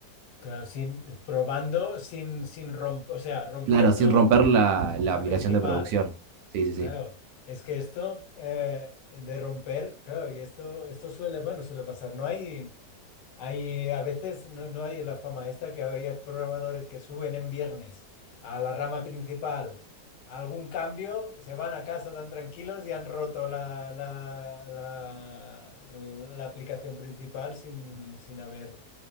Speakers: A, on the left (about 85°); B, on the right (about 70°).
A: Claro, sin, probando sin, sin romper, o sea, rompiendo
B: Claro, sin romper la, la
A: la
B: aplicación
A: principal.
B: de producción. Sí, sí,
A: Claro,
B: sí.
A: es que esto eh, de romper, claro, y esto, esto suele, bueno, suele pasar. No hay, hay, a veces no, no hay la fama esta que había programadores que suben en viernes a la rama principal algún cambio, se van a casa tan tranquilos y han roto la, la, la, la aplicación principal sin, sin haber